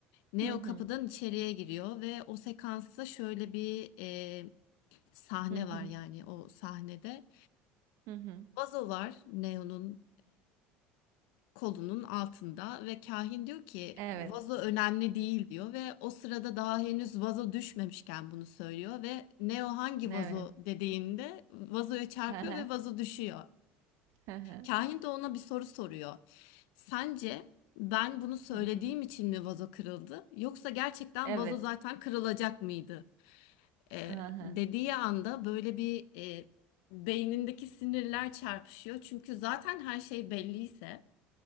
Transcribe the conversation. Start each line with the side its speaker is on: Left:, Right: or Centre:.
Left: Neo
Right: Hı hı.
Left: kapıdan içeriye giriyor ve o sekansta şöyle bir e, sahne
Right: Hı hı.
Left: var yani o sahnede.
Right: Hı hı.
Left: Vazo var Neo'nun kolunun altında ve kahin diyor ki
Right: Evet.
Left: vazo önemli değil diyor ve o sırada daha henüz vazo düşmemişken bunu söylüyor ve Neo hangi
Right: Evet.
Left: vazo dediğinde vazoya çarpıyor
Right: Hı hı.
Left: ve vazo düşüyor.
Right: Hı
Left: Kahin de ona bir soru soruyor. Sence ben bunu söylediğim
Right: hı. Hı hı.
Left: için mi vazo kırıldı yoksa gerçekten
Right: Evet.
Left: vazo zaten kırılacak mıydı? Ee,
Right: Hı hı.
Left: dediği anda böyle bir e, beynindeki sinirler çarpışıyor. Çünkü zaten her şey belliyse